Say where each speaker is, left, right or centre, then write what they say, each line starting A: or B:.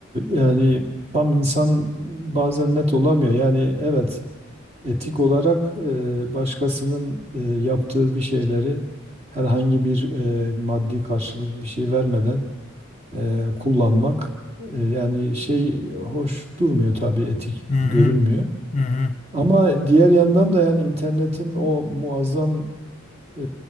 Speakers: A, on the right; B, on the left.
A: yani tam insan bazen net olamıyor. Yani evet etik olarak e, başkasının e, yaptığı bir şeyleri herhangi bir e, maddi karşılık bir şey vermeden e, kullanmak e, yani şey hoş durmuyor tabii etik
B: Hı
A: görünmüyor.
B: hı. Hı hı.
A: Ama diğer yandan da yani internetin o muazzam e,